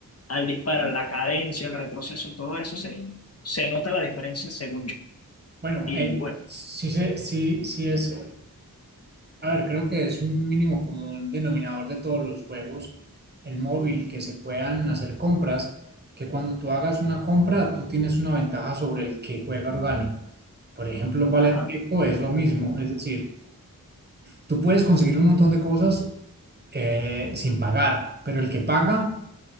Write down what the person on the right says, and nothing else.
Bueno,
eh,
sí, se- sí, sí es A ver, creo que es un mínimo común denominador de todos los juegos en móvil que se puedan hacer compras, que cuando tú hagas una compra, tú tienes una ventaja sobre el que juega orgánico. Por ejemplo, Valet
Eco es lo mismo, es decir, tú puedes conseguir un montón de cosas eh, sin pagar, pero el que paga